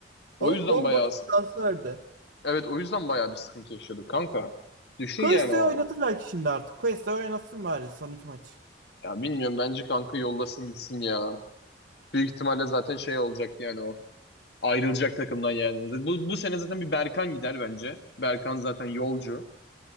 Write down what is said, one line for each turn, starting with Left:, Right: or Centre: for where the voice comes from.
Left: O
Right: o
Left: yüzden
Right: bomboş
Left: bayağı
Right: bir transferdi.
Left: evet o yüzden bayağı bir sıkıntı yaşıyorduk kanka. Düşün
Right: Quest'i
Left: yani o.
Right: oynatır belki şimdi artık. Quest'i oynatsın bari son iki maç.
Left: Ya bilmiyorum bence kanka yollasın gitsin ya. Büyük ihtimalle zaten şey olacak yani o. Ayrılacak takımdan yani. Bu, bu sene zaten bir Berkan gider bence. Berkan zaten yolcu.